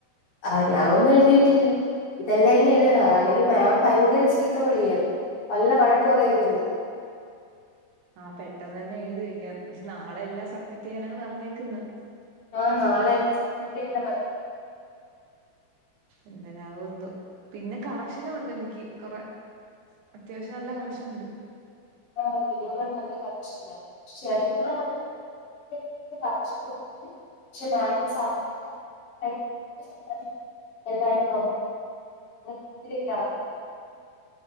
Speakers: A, on the left; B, on the right.
A: ആ ഞാൻ ഒന്നും എഴുതിയിട്ടില്ല ഇതെല്ലായിനി എഴുതണം അതാണെങ്കിൽ മാം ഭയങ്കര ചീത്ത വിളിയാ നല്ല വഴക്കു പറയുന്നുണ്ട്
B: ആഹ് പെട്ടെന്ന് തന്നെ എഴുതി വെക്കാം പക്ഷെ നാളെ എല്ലാം സബ്മിറ്റ് ചെയ്യാനാണ് പറഞ്ഞേക്കുന്നത്
A: ആഹ് നാളെയെല്ലാം സബ്മിറ്റ് ചെയ്യണന്നാ പറ
B: എന്തരാവോ എന്തോ പിന്നെ കറക്ഷനും ഉണ്ട് എനിക്ക് കൊറെ അത്യാവശ്യം നല്ല കറശനുണ്ട്
A: <unintelligible> <unintelligible> <unintelligible>